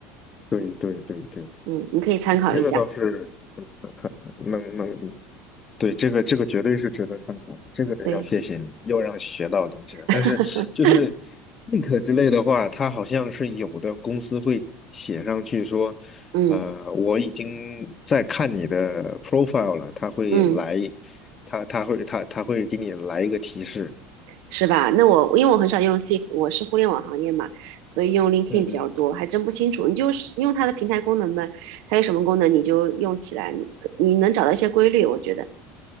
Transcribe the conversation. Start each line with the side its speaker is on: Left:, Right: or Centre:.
Left: 对对对对对，
Right: 嗯，你可以参考一下。
Left: 这个倒是能能对，这个这个绝对是值得参考的，这个要谢谢你，
Right: 对，
Left: 又让我学到东西了。
Right: <laughs>
Left: 但是就是 Link 之类的话，它好像是有的公司会写上去说，
Right: 嗯
Left: 呃，我已经在看你的 profile 了，他会来，
Right: 嗯，
Left: 他他会他他会给你来一个提示。
Right: 是吧？那我因为我很少用 Seek，我是互联网行业嘛，所以用 LinkedIn
Left: 嗯嗯。
Right: 比较多，还真不清楚。你就是用它的平台功能呗，它有什么功能你就用起来，你你能找到一些规律，我觉得，